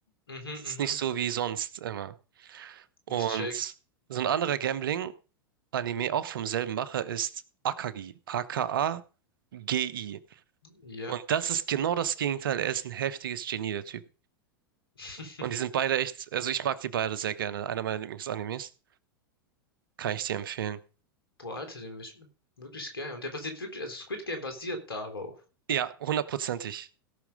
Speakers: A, on the left (about 85°); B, on the right (about 70°).
A: Mhm,
B: Ist
A: mhm.
B: nicht so wie sonst immer. Und
A: Ich check.
B: so ein anderer Gambling-Anime, auch vom selben Macher, ist Akagi. A-K-A-G-I.
A: Ja.
B: Und das ist genau das Gegenteil. Er ist ein heftiges Genie, der Typ.
A: <laughs>
B: Und die sind beide echt, also ich mag die beide sehr gerne. Einer meiner Lieblingsanimes. Kann ich dir empfehlen.
A: Boah, Alter, den ist wirklich geil. Und der basiert wirklich, also Squid Game basiert darauf.
B: Ja, hundertprozentig.